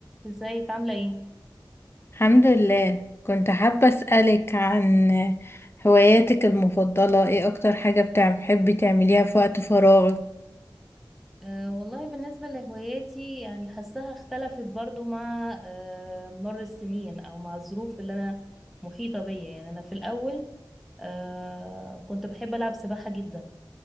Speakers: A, in the centre; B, on the left (about 30°).
A: ازيك عاملة ايه؟
B: الحمد لله كنت حابة أسألك عن هواياتك المفضلة ايه أكتر حاجة بتاع- بتحبي تعمليها في وقت فراغك
A: أه والله بالنسبة لهواياتي يعني حاساها اختلفت برضو مع أه مر السنين او مع الظروف اللي انا محيطة بيا يعني انا في الاول أه كنت بحب العب سباحة جدا